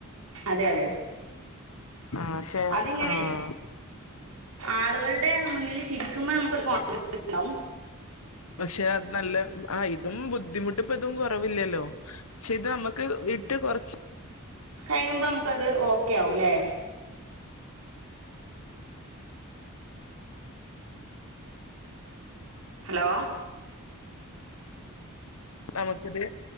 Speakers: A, on the right; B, on the left.
A: അതെ അതെ
B: ആക്ഷേ
A: അതിങ്ങനെ
B: ആഹ്
A: ആളുകളുടെ മുന്നിൽ ചിരിക്കുമ്പോ നമുക്കൊരു കോൺഫിഡൻസ് ഉണ്ടാവും
B: പക്ഷെ അത് നല്ല ആ ഇതും ബുദ്ധിമുട്ട് ഇപ്പ ഇതും കുറവില്ലല്ലോ പക്ഷെ ഇത് നമ്മുക്ക് ഇട്ട് കുറച്ച്
A: കഴിയുമ്പോൾ നമുക്കത് ഓക്കെ ആവും അല്ലേ ഹലോ
B: നമുക്കിത്